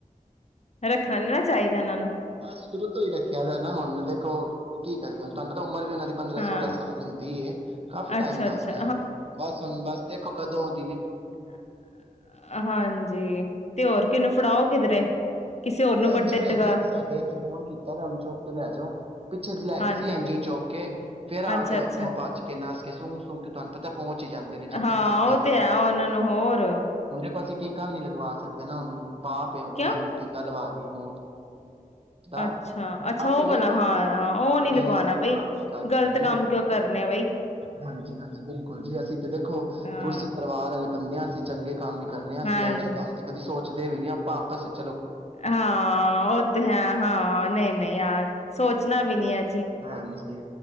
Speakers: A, on the left (about 50°); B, on the right (about 45°).
A: ਰੱਖਣਾ ਨੀ ਨਾ ਚਾਹੀਦਾ ਇਹਨਾਂ ਨੂੰ
B: ਬਸ ਸ਼ੁਰੂ ਤੋਂ ਈ ਰੱਖਿਆ ਦਾ ਨਾ ਹੁਣ ਦੇਖੋ ਕੀ ਕਰੀਏ? ਹੁਣ ਤੁਹਾਨੂੰ ਤਾਂ ਉ ਮਰ ਵੀ ਉਹਨਾਂ ਦੀ ਪੰਦਰਾਂ
A: ਹਾਂ
B: ਸੋਲਾਂ ਸਾਲ ਹੁੰਦੀ ਏ, ਕਾਫੀ
A: ਅੱਛਾ-ਅੱਛਾ
B: ਟਾਈਮ ਦਾ ਹੋ ਗਿਆ। ਬਸ ਹੁਣ ਬਸ ਦੇਖੋ ਕਦੋਂ ਉਹਦੀ
A: ਅਈ ਹਾਂਜੀ ਤੇ ਹੋਰ ਕਿਹੇ ਨੂੰ ਫੜਾਓ ਕਿਧਰੇ। ਕਿਸੇ ਹੋਰ
B: ਇੱਕ
A: ਨੂੰ
B: ਐਨ
A: ਵੱਡੇਗਾ
B: ਜੀ ਓ ਹੈਗੀ ਏ ਇੱਕ ਸਾਡੇ ਇੱਥੇ, ਫੋਨ ਕੀਤਾ ਵੇਆ ਹੁਣ ਚੁਕ ਕੇ ਲੈ ਜਾਉ। ਪਿੱਛੇ ਜਿਹੇ ਲੈ
A: ਹਾਂਜੀ
B: ਗਈ ਸੀ ਐਨ ਜੀ ਓ ਚੁੱਕ ਕੇ, ਫੇਰ ਆ
A: ਅੱਛਾ-ਅੱਛਾ
B: ਗਿਆ ਉੱਥੋਂ ਭੱਜ ਕੇ ਨੱਸ ਕੇ, ਸੁੰਘ ਸੁੰਘ ਕੇ। ਤੁਹਾਨੂੰ ਪਤਾ ਪਹੁੰਚ ਈ ਜਾਂਦੇ ਨੇ, ਜਿੱਥੇ
A: ਹਾਂ
B: ਖਾਂਦੇ
A: ਉਹ
B: ਨੇ।
A: ਤੇ ਹੈ ਉਹਨਾਂ ਨੂੰ ਹੋਰ
B: ਹੁਣ ਦੇਖੋ ਅਸੀਂ ਟੀਕਾ ਵੀ ਨਹੀਂ ਲਗਵਾ ਸਕਦੇ ਨਾ ਉਹਨੂੰ। ਪਾਪ ਏ ਹੁਣ
A: ਕਿਉਂ
B: ਅਸੀ ਉਹਨੂੰ ਕਲਵਾ ਦੀ ਮੌਤ ਤਾਂ,
A: ਅੱਛਾ-ਅੱਛਾ
B: <unintelligible>
A: ਉਹ ਵਾਲਾ ਹਾਂ-ਹਾਂ ਉਹ
B: ਨੀ
A: ਲਗਵਾਣਾ
B: ਅਸੀਂ ਪਾਪ
A: ਬਈ
B: ਨੀ ਕਰ
A: ਗ਼ਲਤ
B: ਸਕਦੇ ਨਾ,
A: ਕੰਮ ਕਿਉਂ ਕਰਨੇ ਬਈ
B: ਹਾਂਜੀ ਹਾਂਜੀ ਬਿਲਕੁਲ ਜੀ, ਅਸੀਂ ਤੇ ਦੇਖੋ
A: ਹਾਂ-ਹਾਂ
B: ਗੁਰਸਿੱਖ ਪਰਿਵਾਰ ਵਾਲੇ ਬੰਦੇ ਆਂ, ਅਸੀ ਚੰਗੇ ਕੰਮ ਈ ਕਰਨੇ ਆਂ, ਅਸੀਂ
A: ਹਾਂਜੀ
B: ਇਹੋ ਜਿਹੇ ਕੰਮ ਤੇ ਕਦੀ ਸੋਚ ਦੇ ਵੀ ਨੀ ਆਪਾਂ ਆਪਸ ਚ
A: ਹਾਂ, ਉਹ ਤੇ ਹੈ, ਹਾਂ, ਨਹੀਂ ਨਹੀਂ ਅਹ ਸੋਚ ਚਣਾ ਵੀ ਨੀ ਐ
B: ਹਾਂਜੀ।